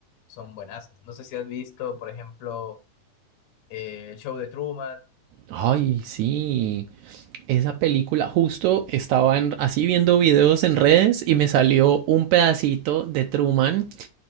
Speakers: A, on the left; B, on the right.
A: son buenas. No sé si has visto, por ejemplo, eh, el show de Truman.
B: Ay, sí. Esa película, justo estaba en- así viendo videos en redes y me salió un pedacito de Truman,